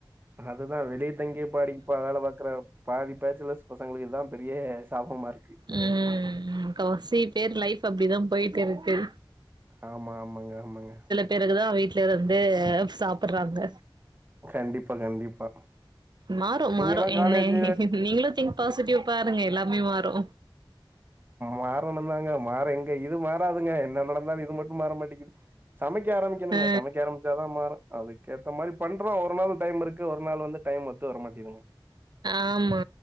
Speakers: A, on the right; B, on the right.
A: அதுதா வெளியே தங்கிய பாடிப்பா வேலை பாக்குற பாதி பேச்சுலர்ஸ் பசங்களுக்கு இதா பெரிய சாபமா இருக்கு
B: ம் முக்காவாசி பேர் லைஃப் அப்டிதா போயிட்டு இருக்கு
A: ஆமா ஆமாங்க ஆமாங்க
B: பிறகுதா வீட்லே வந்து சாப்புற்றாங்க
A: கண்டிப்பா கண்டிப்பா
B: மாறு மாறு
A: நீங்கலாம்
B: என்னை
A: காலேஜ்
B: நீங்களு திங்க் பாசிட்டிவ் பாருங்க எல்லாமே மாறு
A: மாறணுன்ந்தாங்க மாற இங்க இது மாறாதுங்க என்ன நடந்தாலு இது மட் மாற மாட்டேக்கிது சமைக்க ஆரம்பிக்கணுங்க
B: அ
A: சமைக்க ஆரம்பிச்சாதா மாற ஏஅதுக்கேத்த மாரி பண்றோ ஒரு நாள் டைம் இருக்கு ஒரு நாள் வந்து டைம் ஒத்து வர மாட்டேன்துங்க
B: ஆமா